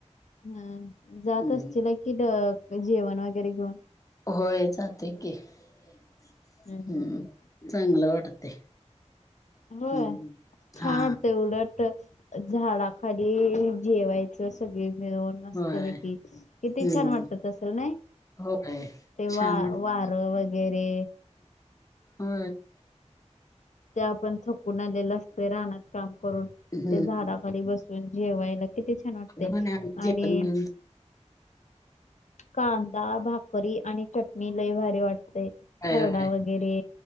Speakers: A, on the left; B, on the left.
A: हम जात
B: हम्म
A: असतील ल की जेवण वगैरे घेऊन
B: होय जाते की हम्
A: हम्म हम्म हम्म.
B: चांगलं वाटते हम्म
A: होय छान
B: हा
A: वाटतय उलट झाडाखाली जेवायचं सगळी मिळून मस्तपैकी
B: होय
A: किती
B: हम्म
A: छान वाटतात असेल ना
B: होय
A: तेव्हा
B: छान
A: वारं वगैरे
B: हो
A: ते आपण थकून आलेलं असत रानात काम करून ते
B: हम्म
A: झाडाखाली बसून जेवायला इथे छान वाटते
B: म्हणे आम्ही जेवण
A: आणि
B: घेऊन
A: कांदा भाकरी आणि चटणी लय भारी वाटते
B: होय
A: खरडा
B: होय
A: वगैरे